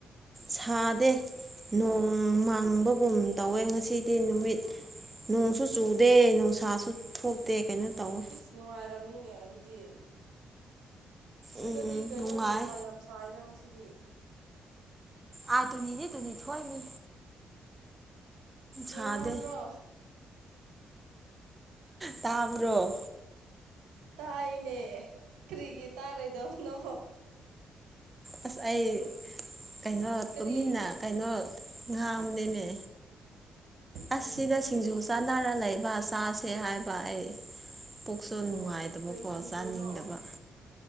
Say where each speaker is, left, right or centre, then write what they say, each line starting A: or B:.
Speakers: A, on the right (about 20°); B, on the right (about 85°).
A: ꯁꯥꯗꯦ ꯅꯣꯡ ꯃꯥꯡꯕꯒꯨꯝ ꯇꯧꯋꯦ ꯉꯁꯤꯗꯤ ꯅꯨꯃꯤꯠ ꯅꯣꯡꯁꯨ ꯆꯨꯗꯦ ꯅꯨꯡꯁꯥꯁꯨ ꯊꯣꯛꯇꯦ ꯀꯩꯅꯣ ꯇꯧꯋꯦ
B: ꯏꯁꯁ ꯅꯨꯡꯉꯥꯏꯔꯝꯅꯤꯅꯦ ꯑꯗꯨꯗꯤ ꯑꯁꯤꯗꯗꯤ
A: ꯎꯝ
B: ꯀꯩꯅꯣ
A: ꯅꯨꯡꯉꯥꯏ
B: ꯅꯨꯡꯁꯥ ꯌꯥꯝ ꯁꯥꯏꯗ ꯉꯁꯤꯗꯤ
A: ꯑ ꯇꯨꯅꯤ ꯇꯨꯅꯤ ꯊꯊꯣꯏ ꯃꯤ
B: ꯀꯔꯤ
A: ꯁꯥꯗꯦ
B: ꯉꯥꯡꯕ꯭ꯔꯣ
A: ꯇꯥꯕ꯭ꯔꯣ
B: ꯇꯥꯏꯅꯦ ꯀꯔꯤꯒꯤ ꯇꯥꯔꯣꯏꯗꯣ ꯅ
A: ꯑꯁ ꯑꯩ ꯀꯩꯅꯣ
B: ꯀꯔꯤ
A: ꯇꯨꯃꯤꯟꯅ ꯀꯩꯅꯣ ꯉꯝꯗꯃꯦ ꯑꯁ
B: ꯑꯣ
A: ꯁꯤꯗ ꯁꯤꯡꯖꯨ ꯆꯥꯅꯔ ꯂꯩꯕ ꯆꯥꯁꯦ ꯍꯥꯏꯕ ꯑꯩ ꯄꯣꯛꯆ ꯅꯨꯡꯉꯥꯏꯇꯕꯀꯣ
B: ꯑꯣ ꯀꯩ ꯁꯤꯡꯖꯨꯅꯣ
A: ꯆꯥꯅꯤꯡꯗꯕ